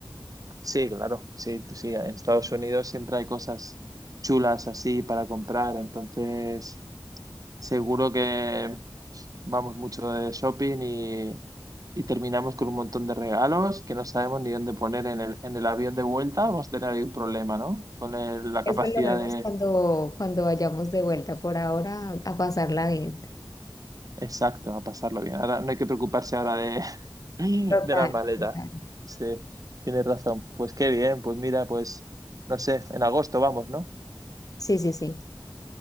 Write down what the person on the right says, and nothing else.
Sí, claro, sí, sí. En Estados Unidos siempre hay cosas chulas así para comprar, entonces. Seguro que vamos mucho de shopping y, y terminamos con un montón de regalos que no sabemos ni dónde poner en el, en el avión de vuelta. Vamos a tener ahí un problema, ¿no? Con el- la
capacidad
de...
Exacto, a pasarlo bien. Ahora no hay que preocuparse ahora de, <laughs>
de las maletas.
Sí, tienes razón. Pues qué bien, pues mira, pues no sé, en agosto vamos, ¿no?